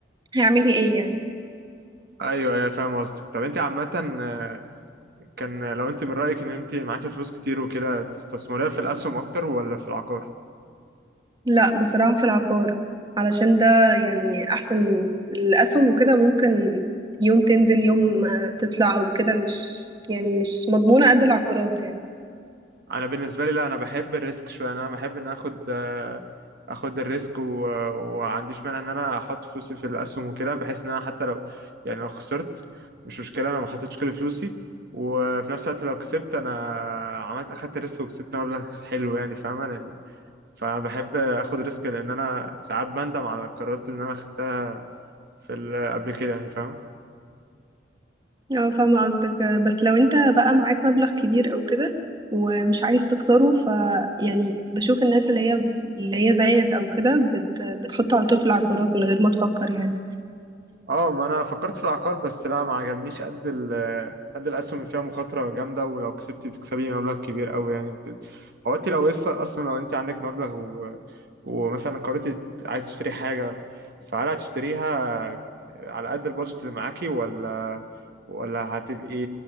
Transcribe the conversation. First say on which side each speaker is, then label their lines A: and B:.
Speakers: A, on the right; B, on the right.
A: هيعملي ايه يعني
B: ايوه ايوه فاهم قصدك طب انت عامه آه، كان لو انت من رايك ان انت معاكي فلوس كتير وكده تستثمريها في الاسهم اكتر ولا في العقار
A: لا بصراحة في العقار علشان ده يعني احسن الاسهم وكده ممكن يوم تنزل يوم ما تطلع او كده مش يعني مش مضمونة قد العقارات يعني
B: انا بالنسبه لي لا انا بحب الريسك شويه انا بحب ان اخد آه، اخد الريسك و- وما عنديش مانع ان انا احط فلوسي في الاسهم وكده بحيث ان انا حتى لو يعني لو خسرت مش مشكله انا ما حطيتش كل فلوسي وفي نفس الوقت لو كسبت انا عملت اخدت الريسك وكسبت مبلغ حلو يعني فاهمه لان فبحب اخد ريسك لان انا ساعات بندم على القرارات اللي انا خدتها في ال- قبل كده يعني فاهمه
A: اه فاهمة قصدك بس لو انت بقى معاك مبلغ كبير او كده ومش عايز تخسره ف يعني بشوف الناس اللي هي اللي هي زيك او كده بت... بتحطه على طول في العقارات من غير ما تفكر يعني
B: اه ما انا فكرت في العقار بس لا ما عجبنيش قد ال قد الاسهم اللي فيها مخاطره جامده ولو كسبتي بتكسبي مبلغ كبير قوي يعني وكده هو انت لو لسه اصلا لو انت عندك مبلغ و... ومثلا قررتي عايز تشتري حاجه فهل هتشتريها على قد البادجت اللي معاكي ولا ولا هتبقي